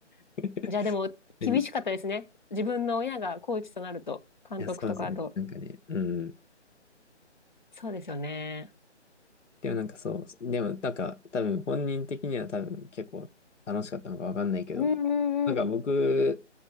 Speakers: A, on the left (about 40°); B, on the left (about 80°).
A: <laughs>
B: <laughs>
A: じゃあでも、
B: 何い
A: 厳しかったですね。自分の親がコーチとなると、監督とかあと。
B: や、そうですね。なんかね、うん。
A: そうですよね。
B: でもなんかそう、でもなんか多分本人的には多分結構楽しかったのかわかんないけど、
A: うんうんうん。
B: なんか僕